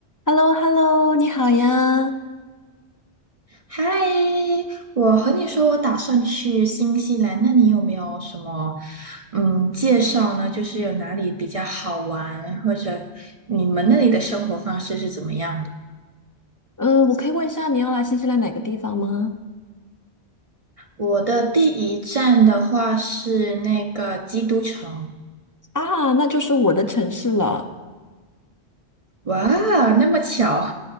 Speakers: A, on the left; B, on the right.
A: h e l l o h e l l o 你好呀。
B: 嗨，我和你说，我打算去新西兰，那你有没有什么嗯介绍呢？就是有哪里比较好玩，或者你们那里的生活方式是怎么样的？
A: 嗯，我可以问一下你要来新西兰哪个地方吗？
B: 我的第一站的话是那个基督城，
A: 啊，那就是我的城市了。
B: 哇，那么巧。